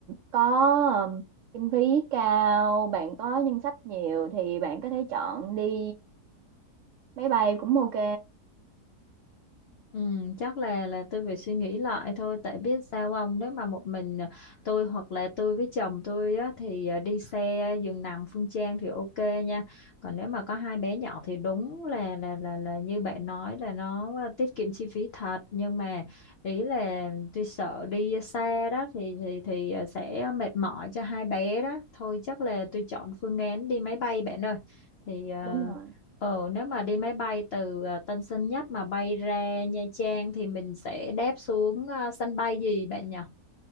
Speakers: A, on the right; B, on the left.
A: có ừm, kinh phí cao bạn có ngân sách nhiều thì bạn có thể chọn đi máy bay cũng ok
B: Ừ, chắc là là tôi phải suy nghĩ lại thôi tại biết sao ông nếu mà một mình à, tôi hoặc là tôi với chồng tôi á, thì à, đi xe giường nằm Phương Trang thì ok nha còn nếu mà có hai bé nhỏ thì đúng là là là là như bạn nói là nó à, tiết kiệm chi phí thật nhưng mà ý là tôi sợ đi xa đó thì thì thì à, sẽ mệt mỏi cho hai bé đó thôi chắc là tôi chọn phương án đi máy bay bạn ơi thì à,
A: đúng rồi
B: Ờ, nếu mà đi máy bay từ à, Tân Sơn Nhất mà bay ra Nha Trang thì mình sẽ đáp xuống à, sân bay gì bạn nhỉ?